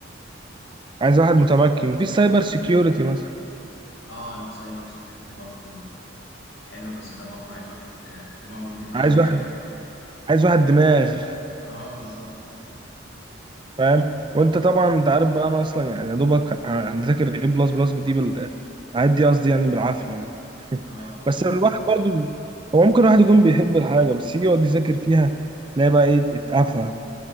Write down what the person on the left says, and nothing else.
اه السايبر سكيورتي برضه حلو بس ده برضه عايز واحد آه، دماغه نظيفه
قوي يعني
اه بالظبط
اه